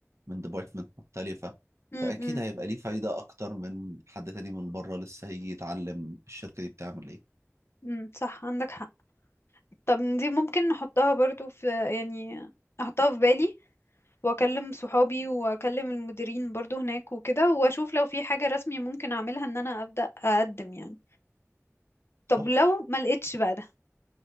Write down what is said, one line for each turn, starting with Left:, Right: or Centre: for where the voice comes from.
Right: من ديبارتمنت مختلفة
Left: امم
Right: فأكيد هيبقى ليه فايدة أكتر من حد تاني من بره لسه هيجي يتعلم الشركة دي بتعمل إيه
Left: امم صح عندك حق طب دي ممكن نحطها برضو في يعني احطها في بالي واكلم صحابي واكلم المديرين برضو هناك وكده واشوف لو في حاجة رسمي ممكن اعملها ان انا ابدأ اقدم يعني طب
Right: صح؟
Left: لو ما لقيتش بقى ده